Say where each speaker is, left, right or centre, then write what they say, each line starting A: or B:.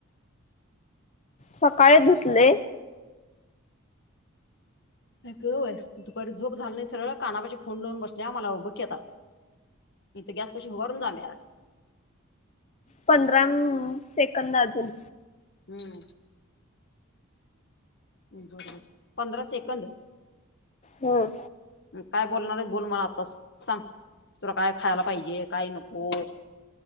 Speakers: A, on the left; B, on the left.
A: सकाळी धुतले
B: ळ दुपारी झोप झालं नाही सरळ कानापाचे फोन लावून बसल्या मला बघकीी आता तथं गॅस पशी ह वाारून जा्याला
A: पंधरा सेकंद अजून
B: हम्म बर पंधरा सेकंद
A: हम्
B: काय बोलणार बोल मला आताच सांग तुला काय खायला पाहिजे काय नको